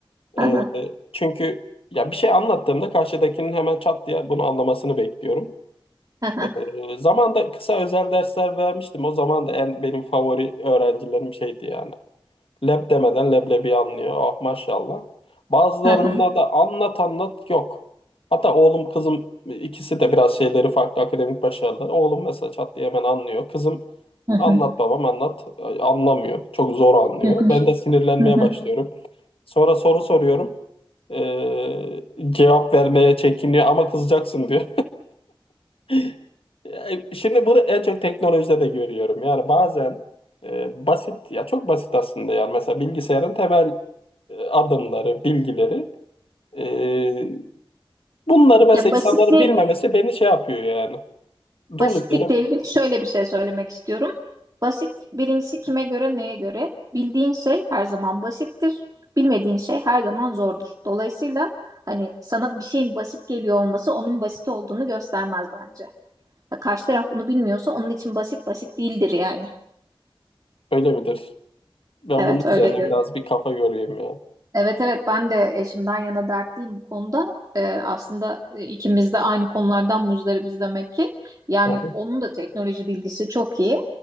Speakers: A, on the right; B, on the left.
A: Hı
B: Ee,
A: hı,
B: çünkü ya bir şey anlattığımda karşıdakinin hemen çat diye bunu anlamasını bekliyorum.
A: hı hı,
B: Ee, zamanda kısa özel dersler vermiştim. O zaman da en benim favori öğrencilerim şeydi yani. Leb demeden leblebi anlıyor. Ah maşallah. Bazılarında
A: hı hı,
B: da anlat anlat yok. Hatta oğlum kızım ikisi de biraz şeyleri farklı akademik başarılar. Oğlum mesela çat diye hemen anlıyor. Kızım
A: hı
B: anlat
A: hı,
B: babam anlat Ay, anlamıyor. Çok zor anlıyor.
A: hı hı,
B: Ben de sinirlenmeye
A: hı
B: başlıyorum.
A: hı.
B: Sonra soru soruyorum. Ee, cevap vermeye çekiniyor ama kızacaksın diyor. <laughs> E, Şimdi bunu en çok teknolojide de görüyorum. Yani bazen e, basit ya çok basit aslında yani mesela bilgisayarın temel e, adımları, bilgileri. E, bunları mesela
A: Ya basit
B: insanların
A: bir
B: bilmemesi beni şey yapıyor yani. Durduk
A: Basitlikle
B: yere
A: ilgili şöyle bir şey söylemek istiyorum. Basit birincisi kime göre neye göre? Bildiğin şey her zaman basittir. Bilmediğin şey her zaman zordur. Dolayısıyla hani sana bir şeyin basit geliyor olması onun basit olduğunu göstermez bence. Ya Karşı taraf bunu bilmiyorsa onun için basit basit değildir yani.
B: öyle midir? Ben
A: Evet
B: bunun
A: öyle
B: üzerine
A: diyorum.
B: biraz bir kafa göreyim ya.
A: Evet evet ben de eşimden yana dertliyim bu konuda. Ee, aslında e, ikimiz de aynı konulardan muzdaribiz demek ki. Yani
B: Hı hı.
A: onun da teknoloji bilgisi çok iyi.